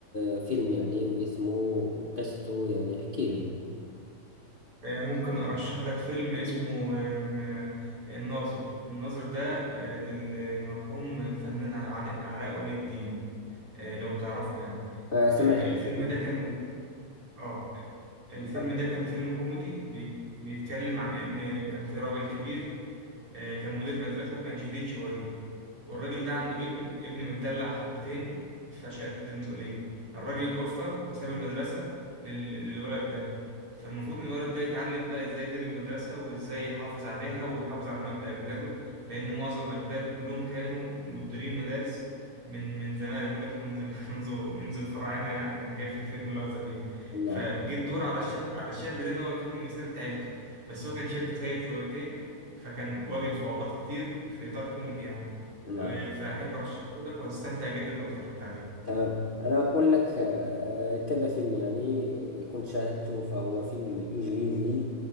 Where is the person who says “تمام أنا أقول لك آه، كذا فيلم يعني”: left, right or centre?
Left